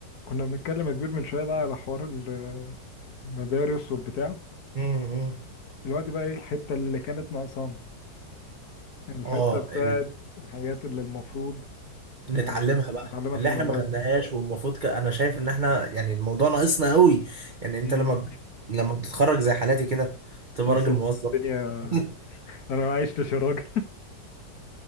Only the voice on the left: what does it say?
كنا بنتكلم يا كبير من شوية بقى على حوار ال- المدارس والبتاع
دلوقتي بقى ايه الحتة اللي كانت ناقصانا الحتة
بتاعت
الحاجات اللي المفروض
آه،
نتعلمها
في المدرسة
مم.
تحس
ان
أنا الدنيا
<laughs> انا ما عشتش يا راجل <laughs>